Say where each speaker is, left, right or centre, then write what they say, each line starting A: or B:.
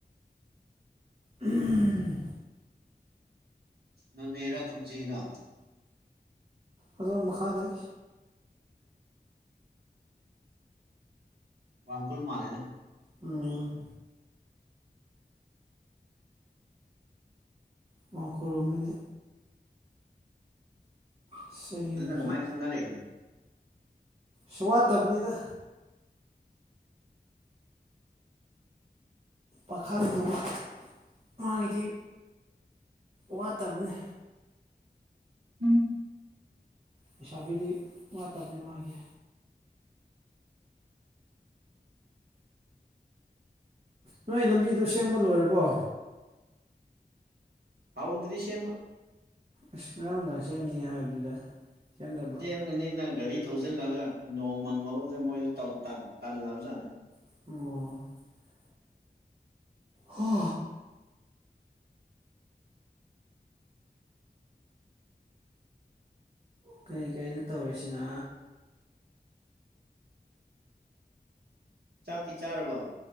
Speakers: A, on the right; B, on the right.
A: ꯎꯝ
B: ꯅꯣꯅꯦꯔꯥ ꯈꯨꯝꯖꯤꯔꯥ
A: ꯑꯗꯣ ꯃꯈꯥꯗ
B: ꯋꯥꯡꯈꯨꯜ ꯃꯥꯂꯦꯗ
A: ꯎꯝ ꯃꯥꯈꯨꯔꯣꯝꯗꯅꯤ ꯑꯁ ꯑꯩ
B: ꯑꯗꯨꯅ
A: ꯌꯨꯝꯁꯦ
B: ꯀꯃꯥꯏꯅ ꯈꯪꯅꯔꯛꯏꯅꯣ
A: ꯁꯨꯋꯥꯠꯇꯕꯅꯤꯗ ꯄꯥꯈꯪꯗꯨꯕꯨ ꯃꯥꯒꯤꯗꯤ ꯋꯥꯠꯇꯕꯅꯤ
B: ꯎꯝ
A: ꯂꯩꯁꯥꯕꯤꯗꯤ ꯋꯥꯠꯇꯕꯅꯦ ꯃꯥꯒꯤ ꯅꯣꯏ ꯂꯝꯕꯤꯗꯣ ꯁꯦꯝꯕ ꯂꯣꯏꯔꯕꯣ
B: ꯍꯥꯎꯗ꯭ꯔꯤ ꯁꯦꯝꯕ
A: ꯑꯁ ꯉꯔꯥꯡ ꯅꯨꯡꯗꯥꯡ ꯁꯦꯝꯅꯤ ꯍꯥꯏꯕꯗꯨꯗ ꯁꯦꯝꯗꯕ꯭ꯔꯣ
B: ꯁꯦꯝꯒꯅꯤ ꯅꯪ ꯒꯥꯔꯤ ꯊꯧꯖꯤꯜꯂꯒ ꯅꯣꯡ ꯃꯪꯕꯗꯨꯗ ꯃꯣꯏꯗꯣ ꯇꯧꯇꯜ ꯇꯜꯂꯕꯖꯥꯠꯅꯦ
A: ꯑꯣ ꯍꯣ ꯀꯔꯤ ꯀꯔꯤꯅꯣ ꯇꯧꯔꯤꯁꯤꯅ
B: ꯆꯥꯛꯇꯤ ꯆꯥꯔꯕꯣ